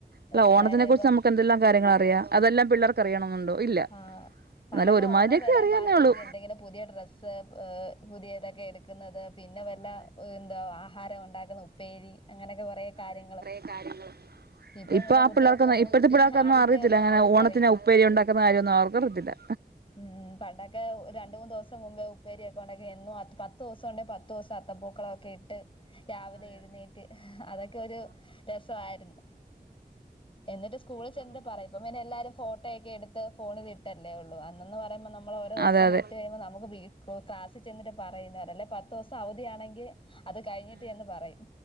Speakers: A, on the right; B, on the left.
A: അല്ല
B: എല്ലാരും
A: ഓണത്തിനെ കുറിച്ച്
B: ഇപ്പം
A: നമുക്ക് എന്തെല്ലാം കാര്യങ്ങളറിയാം അതെല്ലാം പിള്ളേറ് ക്കറിയണംന്നുണ്ടോ ഇല്ല
B: ആഹ് പണ്ടൊക്കെ
A: എന്നാലും ഒരുമാതിരിയൊക്കെ
B: ഓണം വരാൻ
A: അറിയാന്നേ
B: കാത്തിരിക്കും
A: ഒള്ളൂ
B: എന്തെങ്കിലും പുതിയ ഡ്രസ്സ് ഏഹ് പുതിയതെക്കെ എട് ക്ക്ന്നത് പിന്നെ വല്ല എന്താ ആഹാരം ഉണ്ടാക്ക്ന്ന ഉപ്പേരി അങ്ങനെക്കെ കൊറേ കാര്യങ്ങള്
A: ങ്ങള്
B: ഇപ്പം
A: ഇപ്പൊ
B: പിന്നെ
A: ആ
B: കുട്ടികൾക്കൊന്നും
A: പിള്ളേർക്കൊന്നും ഇപ്പഴ്ത്തെ പിള്ളേർക്കൊന്നും
B: അതിന്റെ
A: അറിയത്തില്ല
B: ഒന്നും
A: ങ്ങെനെ
B: അതൊന്നും
A: ഓണത്തിന്
B: അറിയില്ല
A: ഉപ്പേരി ഉണ്ടാ ക്ക്ന്ന കാര്യാെന്നും അവർക്കറിയത്തില്ലാ
B: ഉം പണ്ടൊക്കെ രണ്ട് മൂന്ന് ദിവ്സ് മുമ്പേ ഉപ്പേരിയൊക്കെ ഒണ്ടാക്കി എന്നും അ പത്തൂസണ്ടേ പത്തൂസം അത്തപ്പൂക്കളാെക്കെ ഇട്ട് രാവിലെ എഴ്ന്നേറ്റ് അതൊക്കെ ഒരു രസവായ്ര്ന്ന് എന്നിട്ട് സ്കൂളി ചെന്നിട്ട് പറയും ഇപ്പം പിന്നെ എല്ലാരും ഫോ ട്ടോയൊക്കെ എട്ത്ത് ഫോണിലിട്ടെല്ലേ ഒള്ളൂ അന്നെന്ന്‌ പറയ്മ്പോ നമ് നമ്മള് ഓരോ ദിവസം
A: അന്നേരം
B: ഇട്ട് കഴിയുമ്പോ നമുക്ക് വീ ക് ക്ലാസ്സി ചെന്നിട്ട് പറയുന്നവരെ അല്ലെ പത്തൂസം അവധി ആണെങ്കി അത് കഴിഞ്ഞിട്ട് ചെന്ന് പറയും